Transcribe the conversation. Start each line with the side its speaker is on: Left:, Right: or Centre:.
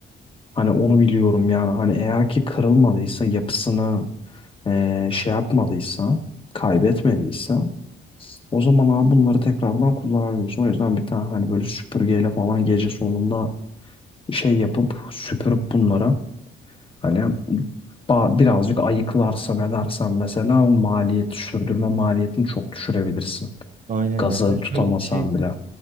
Left: Hani onu biliyorum yani. Hani eğer ki kırılmadıysa yapısını e, şey yapmadıysa kaybetmediyse o zaman abi bunları tekrardan kullanabiliyorsun. O yüzden bir tane hani böyle süpürgeyle falan gece sonunda şey yapıp süpürüp bunlara hani ba- birazcık ayıklarsan edersen mesela maliyet sürdürme maliyetini çok düşürebilirsin.
Right: Aynen
Left: Gazı
Right: ya. Ben
Left: tutamasan
Right: şöyle bir şey
Left: bile.